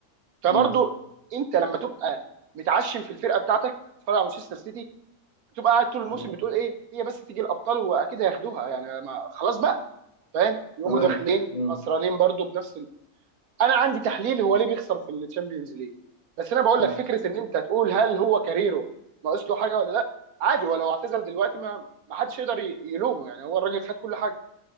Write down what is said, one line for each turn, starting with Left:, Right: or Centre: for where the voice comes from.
Right: فبرضو
Left: مم.
Right: انت لما تبقى متعشم في الفرقه بتاعتك تتفرج على مانشستر سيتي بتبقى قاعد طول الموسم
Left: مم.
Right: بتقول ايه هي بس تيجي الابطال واكيد هياخدوها يعني ما خلاص بقى فاهم يقوموا
Left: تمام
Right: داخلين
Left: مم.
Right: خسرانين برضو بنفس انا عندي تحليل هو ليه بيخسر في الشامبيونز ليج بس انا بقول
Left: مم.
Right: لك فكره ان انت تقول هل هو كاريره ناقص له حاجه ولا لا عادي هو لو اعتزل دلوقتي ما ما حدش يقدر ي- يلومه يعني هو الراجل خد كل حاجه